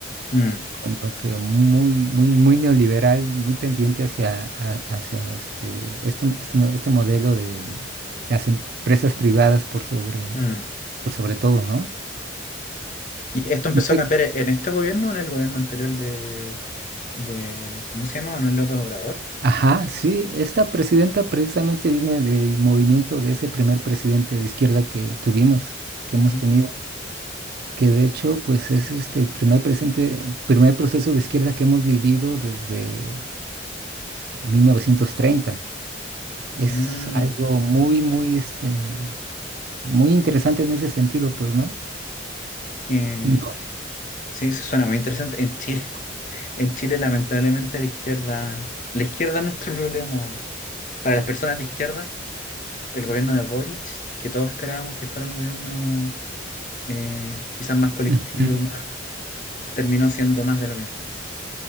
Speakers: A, on the left; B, on the right.
A: Mm,
B: con lo que muy, muy, muy neoliberal, muy tendiente hacia, a- hacia este, este, este, este modelo de las empresas privadas por sobre,
A: mm.
B: por sobre todo, ¿no?
A: ¿Y esto empezó
B: No sé.
A: a cambiar en este gobierno o en el gobierno anterior de, de, ¿cómo se llama? Manuel López Obrador?
B: Ajá, sí, esta presidenta precisamente viene del movimiento de ese primer presidente de izquierda que tuvimos, que
A: Mm,
B: hemos tenido, que de hecho, pues es este el primer presidente, primer proceso de izquierda que hemos vivido desde mil novecientos treinta Es
A: mm,
B: algo muy, muy este, Muy interesante en ese sentido, pues, ¿no?
A: que
B: No.
A: sí, eso suena muy interesante. En Chile, <laughs> en Chile, lamentablemente, la izquierda, la izquierda es nuestro problema. Para las personas de izquierda, el gobierno de Boric, que todos esperábamos que fuera un gobierno eh, quizás más colectivo,
B: Ujú.
A: más, terminó siendo más de lo mismo.